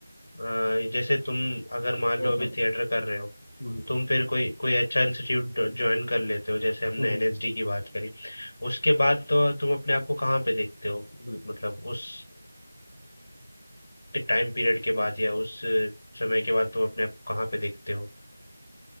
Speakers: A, on the left; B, on the left.
A: आ, जैसे तुम अगर मान
B: वो
A: लो अभी
B: तो है
A: थिएटर कर रहे हो
B: हम्म
A: तुम फिर कोई कोई अच्छा इंस्टीट्यूट ज्वाइन कर लेते हो जैसे हमने
B: हम्म
A: एनएसडी
B: हम्म,
A: की बात करी उसके बाद तो तुम अपने आप को कहाँ पे देखते हो
B: बिल्कुल
A: मतलब उस टाइम पीरियड के बाद या उस अ, समय के बाद तुम अपने आप को कहाँ पे देखते हो